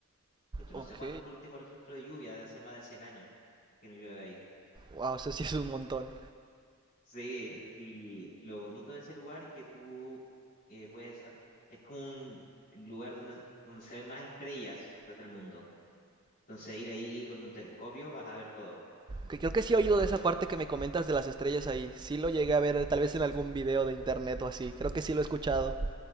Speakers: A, on the left (about 45°); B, on the right (about 20°).
A: De hecho, no
B: ok.
A: sé cuándo fue el último registro de lluvia, deben ser más de 100 años que no llueve ahí.
B: Wow, eso sí es un montón.
A: Sí, y lo bonito de ese lugar es que tú eh, puedes. Es como un lugar donde, donde se ven más estrellas desde el mundo. Entonces ir ahí con un telescopio vas a ver todo,
B: Que creo que sí he oído
A: todo
B: de esa
A: el...
B: parte que me comentas de las estrellas ahí. Sí lo llegué a ver eh, tal vez en algún video de internet o así. Creo que sí lo he escuchado.